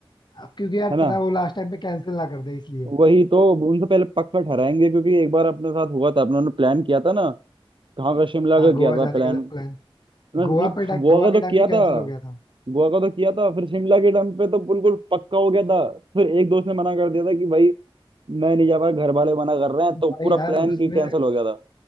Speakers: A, on the left (about 50°); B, on the right (about 60°).
A: अब क्योंकि यार
B: है ना
A: पता है वो लास्ट टाइम पे कैंसिल ना कर दे इसलिए
B: वही तो उनसे पहले पक्का ठहराएंगे क्योंकि एक बार अपने साथ हुआ था अपने उन्होंने प्लान किया था ना कहाँ का शिमला
A: हाँ
B: का
A: गोवा
B: किया था
A: जाने
B: प्लान
A: का जब प्लान
B: नहीं
A: गोवा पे टा-
B: गोवा
A: गोवा
B: का
A: के
B: तो
A: टाइम
B: किया
A: भी कैंसिल
B: था
A: हो गया था
B: गोवा का तो किया था फिर शिमला के टाइम पे तो बिल्कुल पक्का हो गया था फिर एक दोस्त ने मना कर दिया था कि भाई मैं नहीं जा पाया घर वाले मना कर रहे हैं तो
A: भाई
B: पूरा
A: यार
B: प्लान
A: उसने
B: की कैंसिल हो गया था